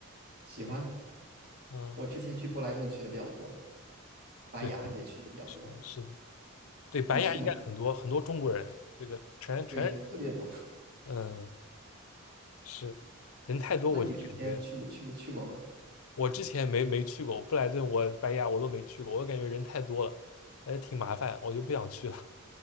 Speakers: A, on the right; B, on the left.
A: 喜欢，
B: 嗯，
A: 我之前去布莱顿去的比较多，白崖也去的比较多。
B: 对，对对是的，是的，对，白牙应该很多很多中国人，
A: 你去吗？
B: 这个全全，
A: 对，特别多。<laughs>
B: 嗯，是人太多，
A: 那你之前去过去过去过吗？
B: 我就感觉。我之前没没去过布莱顿，我白崖我都没去过，我感觉人太多了，还挺麻烦，我就不想去了。